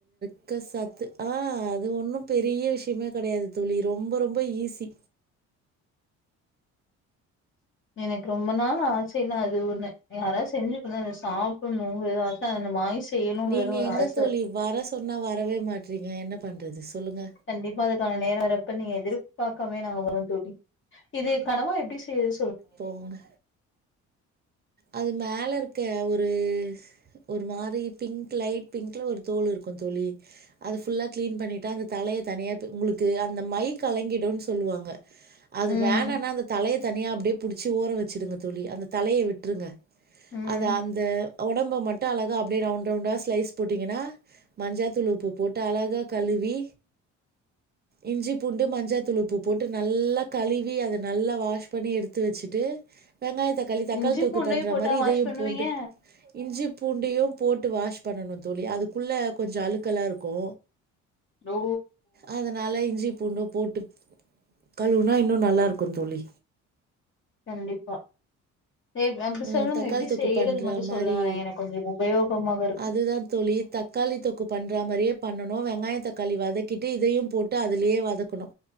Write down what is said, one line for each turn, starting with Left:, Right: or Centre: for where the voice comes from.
Right: க்க சத்து ஆ அது ஒன்னு பெரிய விஷ்யமே கெடையாது தோழி ரொம்ப ரொம்ப ஈஸி
Left: எனக்கு ரொம்ப நாள் ஆசேன்னா அது ஒன்னு யாராவது செஞ்சு குடுக்கனு அத சாப்பண்ணுங்கறது ஆச அத வாங்கி செய்யணுங்கறது
Right: நீங்கள்
Left: ஒரு
Right: எங்கே
Left: ஆச
Right: தோழி வர சொன்னா வரவே மாட்றீங்க என்ன பண்றது சொல்லுங்க
Left: கண்டிப்பா அதுக்கான நேரோ வர்ரப்ப நீங்க எதிர்பாக்காமயே நாங்க வருவோ தோழி இது கனவா எப்டி செய்றது
Right: போங்க அது மேல இருக்க ஒரு ஒரு மாரி பிங்க் லைட் பிங்க்ல ஒரு தோல் இருக்கு தோழி அது ஃபுல்லா க்ளீன் பண்ணிட்டு அந்த தலைய தனியா பி உங்களுக்கு அந்த மை கலங்கிடுன் சொல்லுவாங்க அது
Left: ம்
Right: வேணானா அந்த தலய தனியா அப்டியே புடுச்சு ஓரோ வச்சுடுங்க தோழி அந்த தலய விட்ருங்க
Left: ம்
Right: அது அந்த ஒடம்ப மட்டு அழகா அப்டியே ரவுண்ட் ரவுண்டா ஸ்லைஸ் போட்டிங்கன்னா மஞ்சாத்தூள் உப்பு போட்டு அழகா கழுவி இஞ்சி பூண்டு மஞ்சாத்தூளு உப்பு போட்டு நல்லா கழுவி அத நல்லா வாஷ் பண்ணி எடுத் து வெச்சுட்டு வெங்காய தக்காளி தக்காளி
Left: இஞ்சி
Right: தொக்கு
Left: பூண்டையும்
Right: பண்ற
Left: போட்டா
Right: மாரி இதயும்
Left: வாஷ் பண்ணுவீங்க
Right: போன்ட்டு இஞ்சி பூண்டையும் போட்டு வாஷ் பண்ணணு தோழி அதுக்குள்ள கொஞ்சோ அழுக்கலா இருக்கு
Left: ஓ
Right: அதனால இஞ்சி பூண்டு போட்டு கழுவுனா இன்னு நல்லாருக்கு தோழி
Left: கண்டிப்பா எப் அப்டி
Right: அ
Left: சொல்லுங்க
Right: தக்காளி
Left: எப்டி
Right: தொக்கு
Left: செய்யறது
Right: பண்ற
Left: மட்டு
Right: மாரி
Left: சொல்லுங்களே எனக்கு கொஞ்சோ உபயோகமாக இருக்கு
Right: அதுதா தோழி தக்காளி தொக்கு பண்ற மாரியே பண்ணனு வெங்காய தக்காளி வதக்கிட்டு இதையு போட்டு அதுலியே வதக்கணு